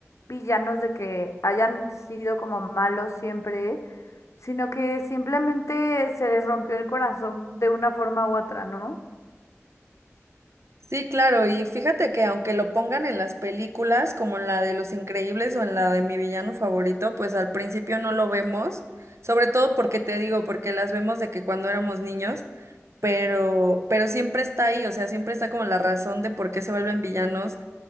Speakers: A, on the left (about 75°); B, on the right (about 65°).
A: villanos de que hayan sido como malos siempre, sino que simplemente se les rompió el corazón de una forma u otra, ¿no?
B: Sí, claro, y fíjate que aunque lo pongan en las películas, como en la de Los Increíbles o en la de Mi Villano Favorito, pues al principio no lo vemos, sobre todo porque te digo, porque las vemos de que cuando éramos niños, pero, pero siempre está ahí, o sea, siempre está como la razón de por qué se vuelven villanos